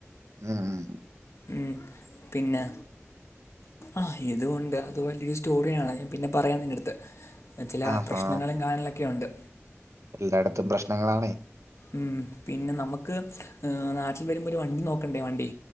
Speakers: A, on the right; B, on the left.
A: ഉം ഉം
B: ഉം പിന്നെ ആഹ് ഇതുകൊണ്ട് അത് വലിയൊരു സ്റ്റോറിയാണ് ഞാൻ പിന്നെ പറയാൻ നിന്റെടുത്ത് ചെല
A: ആഹാ
B: പ്രശ്നങ്ങളും കാര്യങ്ങളൊക്കെയുണ്ട്
A: എല്ലായിടത്തും പ്രശ്നങ്ങളാണെ
B: ഉം പിന്നെ നമുക്ക് നാട്ടില് വരുമ്പോ ഒരു വണ്ടി നോക്കണ്ടേ വണ്ടി